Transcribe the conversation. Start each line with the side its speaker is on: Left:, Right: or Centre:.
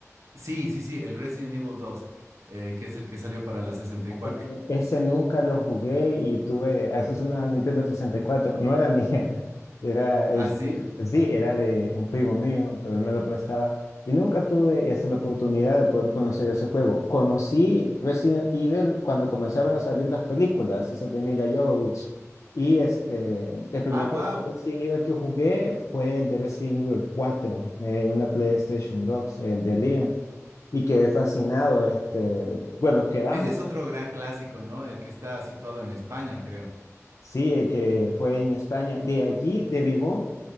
Right: Sí, sí, sí, el Resident Evil dos eh, que es el que salió para la 64.
Left: porque Ese nunca lo jugué y tuve, a eso es una Nintendo sesenta y cuatro, no era mía, <laughs> era, es,
Right: ¿Ah, sí?
Left: sí, era de un primo mío, pero él me lo prestaba. Y nunca tuve esta, la oportunidad de poder conocer ese juego. Conocí Resident Evil cuando comenzaron a salir las películas, esas de Mila Jovovich. Y este, el primer
Right: Ah, wow.
Left: juego de Resident Evil que jugué fue el de Resident Evil cuatro, eh, una PlayStation 2, el de Leon y quedé fascinado. Este, bueno, quedamos.
Right: Ese es otro gran clásico, ¿no? El que está situado en España, creo.
Left: Sí, eh, que fue en España. De allí, de Vivón,